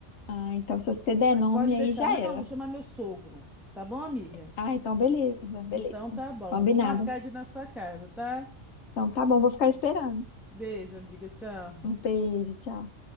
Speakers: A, on the left; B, in the centre.
A: ah, então se você der
B: Mas
A: nome
B: pode deixar.
A: aí já
B: Não,
A: era.
B: vou chamar meu sogro. Tá bom, amiga?
A: Ah, então beleza, beleza.
B: Então tá bom.
A: Combinado.
B: Vou marcar de ir na sua casa, tá?
A: Então tá bom, vou ficar esperando.
B: Beijo, amiga. Tchau.
A: Um beijo, tchau.